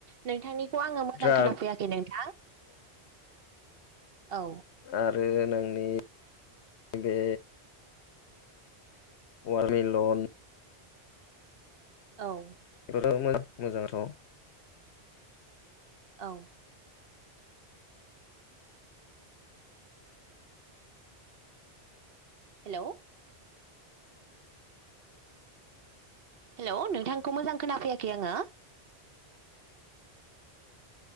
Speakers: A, on the right (about 60°); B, on the left (about 80°).
A: नोंथांनिखौ आंङो मोजां
B: ड्रागन
A: खोनाफैयाखै नोंथां। औ
B: आरो नोंनि बे वारमिलन
A: औ।
B: बेखौथ <inaudible> ' मोजांङाथ'
A: औ। हेल' हेल' नोंथांखौ मोजां खोनाफैयाखै आंङो।